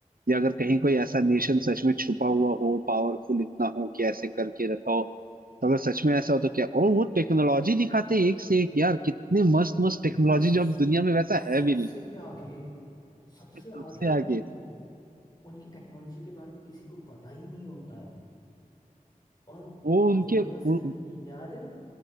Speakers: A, on the right; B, on the left.
A: या अगर कहीं कोई ऐसा
B: बिल्कुल
A: नेशन सच में छुपा हुआ हो पावरफुल इतना हो कि ऐसे करके रखा हो तो अगर सच में ऐसा हो तो क्या और वो टेक्नोलॉजी दिखाते हैं एक से एक यार कितने मस्त मस्त टेक्नोलॉजी
B: वो स-
A: जो अब दुनिया में वैसा
B: सबसे
A: है भी नहीं
B: आगे सबसे
A: सबसे
B: आगे होते
A: आगे
B: हैं वो उनकी टेक्नोलॉजी के बारे में किसी को पता ही नहीं होता है और
A: वो उनके
B: वो वाला
A: उ,
B: सीन
A: उ-
B: याद है